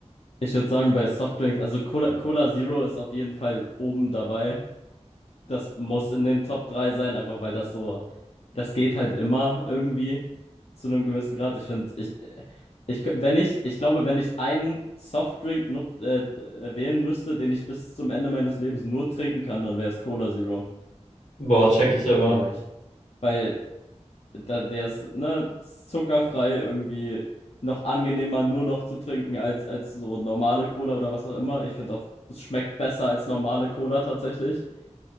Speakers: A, on the left (about 60°); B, on the left (about 80°).
A: Ich würde sagen, bei Softdrinks, also Cola, Cola Zero ist auf jeden Fall oben dabei. Das muss in den Top 3 sein, einfach weil das so, das geht halt immer irgendwie zu einem gewissen Grad. Ich finde, ich, ich, wenn ich, ich glaube, wenn ich einen Softdrink nut, äh, äh, wählen müsste, den ich bis zum Ende meines Lebens nur trinken kann, dann wäre es Cola Zero,
B: Boah, check ich aber.
A: glaube ich. Weil da, der ist, ne, zuckerfrei irgendwie noch angenehmer nur noch zu trinken als, als so normale Cola oder was auch immer. Ich finde auch, es schmeckt besser als normale Cola tatsächlich.